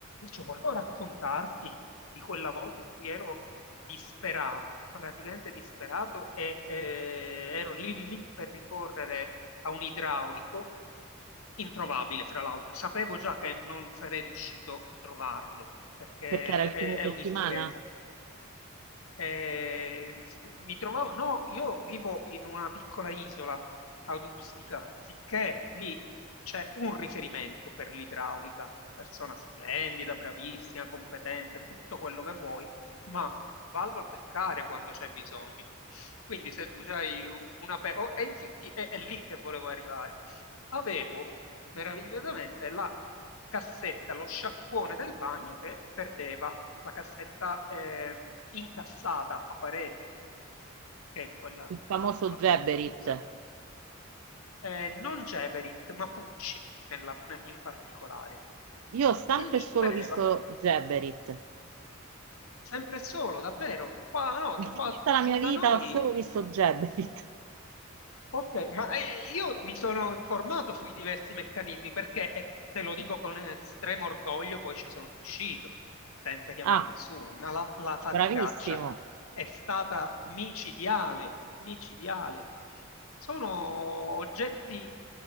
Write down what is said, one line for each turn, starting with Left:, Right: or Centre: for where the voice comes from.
Left: Cioè, volevo raccontarti di quella volta in cui ero disperato, praticamente disperato, e eh, ero lì lì per ricorrere a un idraulico introvabile, fra l'altro. Sapevo già che non sarei riuscito a trovarlo, perché
Right: perché era il
Left: è,
Right: fine
Left: è
Right: settimana,
Left: un'impresa. Eh, sì, mi trovavo, no, io vivo in una piccola isola adustica, sicché lì c'è un riferimento per l'idraulica, persona splendida, bravissima, competente, tutto quello che vuoi, ma vallo a beccare quando c'è bisogno. Quindi se tu hai una... pe- oh, E infatti è, è lì che volevo arrivare. Avevo meravigliosamente la cassetta, lo sciacquone del bagno che perdeva, la cassetta ehm, incassata a parete, che è quella
Right: il famoso
Left: tra l'altro la
Right: Geberit.
Left: più diffusa, Eh, non Geberit, ma Pucci nella- ne- in particolare.
Right: Io ho sempre
Left: E lì
Right: e solo
Left: beveva,
Right: visto Geberit.
Left: sempre e solo, davvero. Qua, no,
Right: In
Left: qua
Right: tutta la
Left: giù
Right: mia
Left: da
Right: vita
Left: noi
Right: ho solo visto Geberit.
Left: Ok, ma eh, io mi sono informato sui diversi meccanismi perché, e te lo dico con estremo orgoglio, poi ci sono riuscito, senza chiamare
Right: Ah,
Left: nessuno, ma la, la faticaccia
Right: bravissimo.
Left: è stata micidiale, micidiale. Sono oggetti